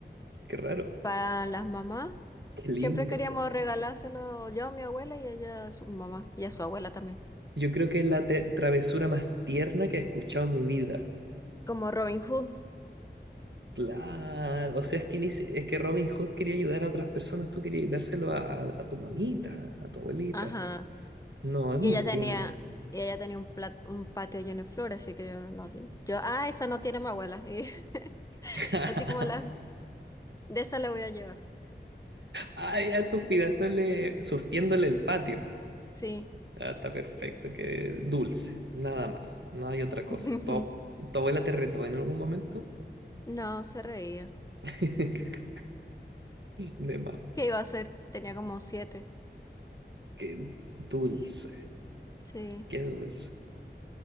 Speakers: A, on the right (about 75°); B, on the left (about 20°).
A: Qué raro,
B: Para las mamás,
A: qué lindo.
B: siempre queríamos regalárselo yo a mi abuela y ella a su mamá y a su abuela también.
A: Yo creo que es la te- travesura más tierna que he escuchado en mi vida.
B: Como Robin Hood.
A: Claro, o sea, es que, ni si- es que Robin Hood quería ayudar a otras personas, tú querías dárselo a, a- a tu mamita, a tu abuelita.
B: Ajá.
A: No, es
B: Y
A: muy
B: ella
A: lindo.
B: tenía, y ella tenía un plat- un patio lleno de flores, así que yo no sé. Yo, ah, esa no tiene mi abuela. Y <laughs>
A: <laughs>
B: así como la, de esa la voy a llevar.
A: Ay, ya tú pidándole, surtiéndole el patio.
B: Sí.
A: Ah, está perfecto, que dulce, nada más, no hay otra cosa.
B: <laughs>
A: ¿Tu, tu abuela te retó en algún momento?
B: No, se reía.
A: <laughs> De más,
B: ¿Qué iba a hacer? Tenía como siete.
A: qué dulce,
B: Sí.
A: qué dulce.